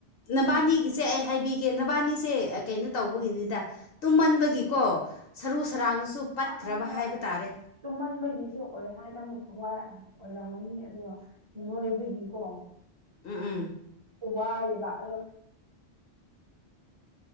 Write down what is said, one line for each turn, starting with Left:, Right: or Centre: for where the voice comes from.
Left: ꯅꯕꯥꯅꯤꯒꯤꯁꯦ ꯑꯩ ꯍꯥꯏꯕꯤ ꯏꯒꯦ ꯅꯕꯥꯅꯤꯁꯦ ꯀꯩꯅꯣ ꯇꯧꯕꯒꯤꯅꯤꯗ ꯇꯨꯝꯃꯟꯕꯒꯤꯀꯣ ꯁꯔꯨ ꯁꯔꯥꯡꯗꯨꯁꯨ ꯄꯠꯈ꯭ꯔꯕ
Right: ꯍ ꯍꯣꯏ ꯍꯣꯏ
Left: ꯍꯥꯏꯕ ꯇꯥꯔꯦ
Right: ꯇꯨꯝꯃꯟꯕꯒꯤꯁꯨ ꯑꯣꯏ ꯍꯥꯏꯅ ꯑꯃꯨꯛ ꯋꯥꯔꯛ ꯑꯣꯏꯔꯝꯃꯅꯤ ꯑꯗꯨꯒ ꯅꯣꯏꯕꯒꯤꯀꯣ
Left: ꯎꯝ ꯎꯝ
Right: ꯋꯥꯔꯦꯕ ꯑꯣ